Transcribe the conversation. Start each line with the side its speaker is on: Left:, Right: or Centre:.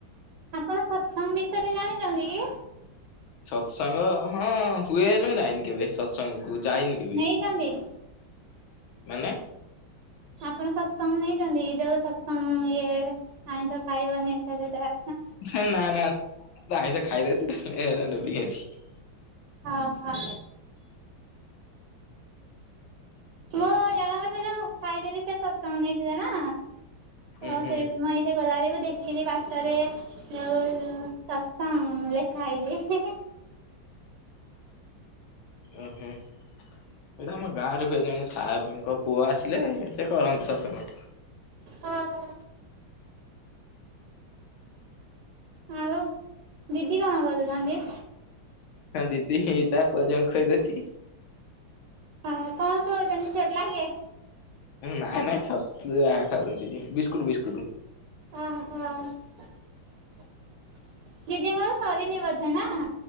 Right: ଆପଣ ସତସଙ୍ଗ ବିଷୟରେ ଜାଣିଛନ୍ତି କି?
Left: ସତସଙ୍ଗ ହଁ। ହୁଏ ହେଲେ ମୁଁ ଯାଇନି କେବେ ସତସଙ୍ଗ କୁ ଯାଇନି କେବେ
Right: ନେଇଛନ୍ତି?
Left: ମାନେ?
Right: ଆପଣ ସତ୍ସଙ୍ଗ ନେଇଛନ୍ତି କି ଯୋଉ ସତ୍ସଙ୍ଗ ଇଏ ଆଇଁଷ ଖାଇବନି ଏଟା ସେଟା?
Left: ନା ନା ମୁଁ ଆଇଁଷ ଖାଇଦେଇଛି <unintelligible> ନେବି କେମିତି।
Right: ଆ ହା। ମୁଁ ଜଣକ ସେ ଯୋଉ ଖାଇଦେଲି ସେ ସତ୍ସଙ୍ଗ ନେଇଥିଲେ ନା ତ
Left: ଉଁ ହୁଁ
Right: ସେ ସେ ଗଲାବେଳକୁ ଦେଖିଲି ବାଟରେ ଯଉ ସତ୍ସଙ୍ଗ ଲେଖା ହେଇଛି।
Left: ଉଁ ହୁଁ। ଏଇଟା ଆମ ଗାଁରେ ହୁଏ ଜଣେ ସାରଙ୍କ ପୁଅ ଆସିଲେ ସେ କରନ୍ତି ସତ୍ସଙ୍ଗ।
Right: ହଁ। ଆଉ ଦିଦି କଣ କରୁଚନ୍ତି?
Left: ହଁ ଦିଦି ହେଇ ତା ପୁଅ ଝିଅ ଙ୍କୁ ଖୋଇଦଉଚି।
Right: ହଁ କଣ ଖୋଉଛନ୍ତି ସେରେଲାକେ?
Left: ନାଇଁ ନାଇଁ ଛତୁଆ ଖାଉଚନ୍ତି ବିସ୍କୁଟ ବିସ୍କୁଟ।
Right: ଓହୋ ଦିଦିଙ୍କର ସରିନି ବୋଧେ ନା?